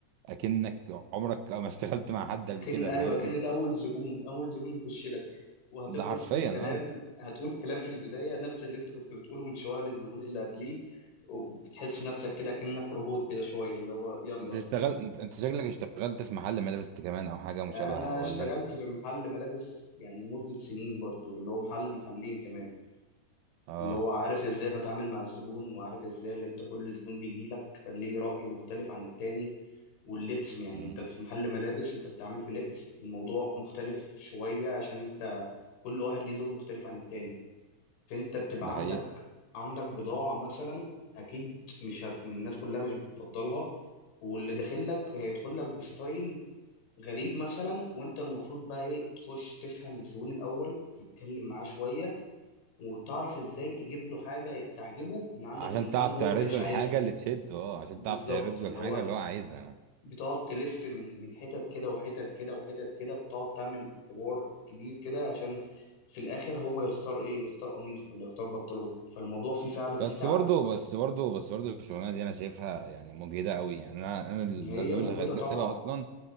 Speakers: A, on the right; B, on the left.
A: اكنك عمرك ما اشتغلت مع حد
B: ممكن
A: قبل كده
B: ايوه
A: فاهم
B: كان ده اول زبون اول زبون يخش لك وهتفضل
A: ده حرفيا
B: تقول كلام
A: اه
B: هتقول كلام في البدايه نفس اللي انت كنت بتقوله من شويه للزبون اللي قبليه وبتحس نفسك كده كأنك روبوت كده شويه اللي هو يلا
A: انت اشتغل انت أنت شكلك اشتغلت في محل ملابس انت كمان او حاجه مشابهه
B: انا
A: ولا
B: اشتغلت
A: انت
B: في محل ملابس يعني مدة سنين برضو اللي هو محل محلين كمان
A: اه
B: اللي هو عارف ازاي بتعامل مع الزبون وعارف ازاي اللي انت كل زبون بيجي لك ليه رأي مختلف عن التاني واللبس يعني
A: مم.
B: انت في محل ملابس انت بتعمل في لبس الموضوع مختلف شوية عشان انت كل واحد ليه ذوق مختلف عن التاني فانت بتبقى
A: ده
B: عندك
A: حقيقه
B: عندك بضاعة مثلا اكيد مش هت... الناس كلها مش بتفضلها واللي داخل لك هيدخل لك بستايل غريب مثلا وانت المفروض بقى ايه تخش تفهم الزبون الاول وتتكلم معاه شوية وتعرف ازاي تجيب له حاجه تعجبه من عندك
A: عشان
B: في المحل
A: تعرف
B: اللي هو
A: تعرض
B: ما كانش
A: له
B: عايزها
A: الحاجه اللي تشده اه عشان
B: بالظبط
A: تعرف تعرض
B: اللي
A: له الحاجه
B: هو
A: اللي هو عايزها
B: بتقعد تلف من من حتت كده وحتت كده وحتت كده بتقعد تعمل حوار كبير كده عشان في الاخر هو يختار ايه يختار قميص ولا يختار بنطلون فالموضوع فيه فعلا فيه
A: بس
B: تعب
A: برضه بس برضه بس برضه الشغلانه دي انا شايفها يعني مجهده قوي يعني انا انا الاسباب
B: هي مجهده
A: اللي خلتني
B: طبعا
A: اسيبها اصلا